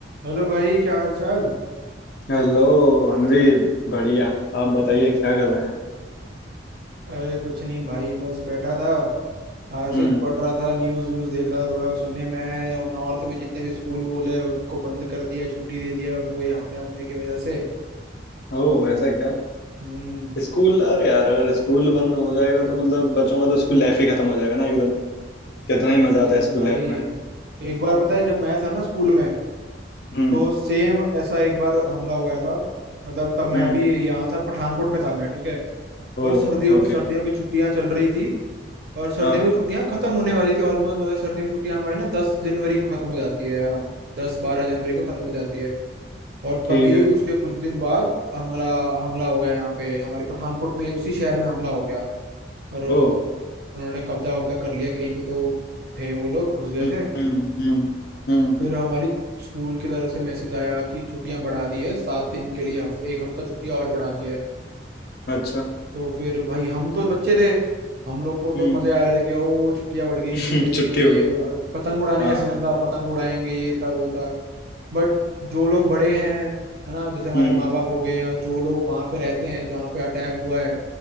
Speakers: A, on the right; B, on the left.
A: हेलो भाई क्या हाल चाल
B: Hello हाँ जी बढ़िया आप बताइए क्या कर रहे हैं
A: अरे कुछ नहीं भाई बस बैठा था ऐसे
B: हम्म
A: ही पढ़ रहा था न्यूज़ व्यूज़ देख रहा था थोड़ा सुनने में आया है, नॉर्थ में जितने भी स्कूल वूल है उनको बंद कर दिया है छुट्टी दे दिया है उनको ये हमले हमले की वजह से
B: ओह ऐसा क्या
A: हम्म
B: स्कूल अरे यार अगर स्कूल बंद हो जाएगा तो मतलब बच्चों का तो स्कूल लाइफ ही खत्म हो जाएगा ना एकदम कितना
A: हम्म
B: ही मजा
A: सेम
B: आता है स्कूल
A: भाई
B: लाइफ में
A: एक बार पता है जब मैं था ना स्कूल में
B: हम्म
A: तो सेम ऐसा एक बार हमला हो गया था मतलब तब मैं
B: हम्म
A: भी यहाँ था पठानकोट में था मैं ठीक है
B: Oh
A: और सर्दियों
B: okay
A: सर्दियों की छुट्टियां चल रही थी और सर्दियों
B: हाँ
A: की छुट्टियां खत्म होने वाली थी ऑलमोस्ट मतलब सर्दियों की छुट्टियां हमारी ना दस जनवरी को खत्म हो जाती है अराउंड दस बारह जनवरी को खत्म हो जाती है और
B: ठीक
A: तभी
B: है
A: उसके कुछ दिन बाद हमला हमला हो गया यहाँ पे हमारे पठानकोट में उसी शहर में हमला हो गया और वो-
B: ओह
A: उन्होंने कब्जा वब्जा कर लिया कहीं पे तो थे वो लोग घुस गए
B: हम्म
A: थे
B: हम्म हम्म हम्म,
A: फिर हमारी स्कूल की तरफ से मैसेज आया कि छुट्टियां बढ़ा दी है सात दिन के लिए हफ्ते एक हफ्ता छुट्टियां और बढ़ा दी है
B: अच्छा
A: तो फिर भाई हम तो बच्चे थे हम लोग को तो
B: हम्म
A: मजे आ रहे थे कि ओ छुट्टियां बढ़ गई
B: <laughs>
A: खेलेंगे
B: छुट्टी हो गई
A: और पतंग उड़ाने
B: हाँ
A: का सीजन था पतंग उड़ाएंगे ये था वो था बट जो लोग बड़े हैं है ना जैसे हमारे
B: हम्म
A: माँ बाप हो गए या जो लोग वहां पे रहते हैं जहाँ पे अटैक हुआ है